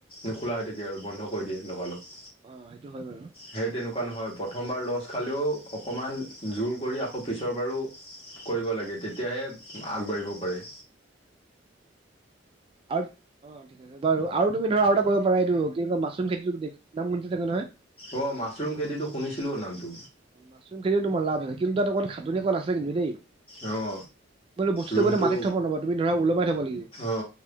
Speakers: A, on the left; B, on the right.
A: নোখোলা হৈ থাকে আৰু বন্ধ কৰি দিয়ে লগালগ।
B: অ' সেইটো হয় বাৰু।
A: সেই তেনেকুৱা নহয় প্ৰথমবাৰ লছ খালেও অকণমান জোৰ কৰি আকৌ পিছৰ বাৰো কৰিব লাগে তেতিয়াহে আগবাঢ়িব পাৰি।
B: আৰু অ ঠিক আছে বাৰু আৰু তুমি ধৰা আৰু এটা কৰিব পাৰা এইটো কি কয় মাচৰুম খেতি নাম কোন থাকে নহয়।
A: অ মাছৰুম খেতিতটো শুনিছিলো নামটো।
B: মাচৰুম খেতিও তোমাৰ লাভ আছে কিন্তু তাত অকণ খাতনি আছে কিন্তু দেই।
A: অ'।
B: বোলো বস্তুটো
A: ৰুমটো
B: মানে মাটিত থব নাপাবা তুমি ধৰা ওলমাই থব লাগিব
A: অ'